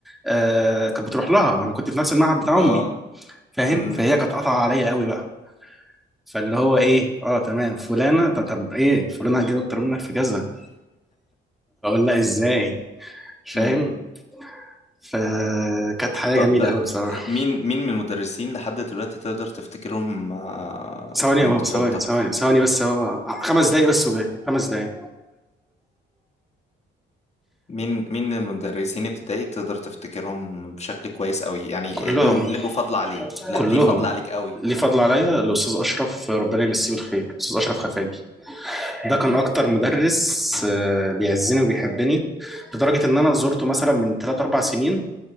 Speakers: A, in the centre; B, on the left.
A: آه كانت بتروح لها انا كنت في نفس المعهد بتاع امي
B: اه
A: فاهم
B: امم
A: فهي كانت قاطعه عليا قوي بقى فاللي هو ايه اه تمام فلانه طب, طب ايه فلانه هتجيب اكتر منك في كذا اقول لا ازاي فاهم
B: امم
A: فكانت حياه
B: طب
A: جميله قوي بصراحه
B: مين مين من المدرسين لحد دلوقتي تقدر تفتكرهم آه،
A: ثواني
B: من
A: يا بابا
B: طفولتك
A: ثواني ثواني ثواني بس يا بابا آه، خمس دقايق بس وجاي خمس دقايق
B: مين مين من المدرسين ابتدائي تقدر تفتكرهم بشكل كويس قوي يعني
A: كلهم
B: لهم له فضل عليه لا
A: كلهم
B: ليه فضل عليك قوي
A: ليه فضل عليا الاستاذ اشرف ربنا يمسيه بالخير الاستاذ اشرف خفاجي ده
B: امم
A: كان اكتر مدرس آه، بيعزني وبيحبني لدرجه ان انا زورته مثلا من 3 4 سنين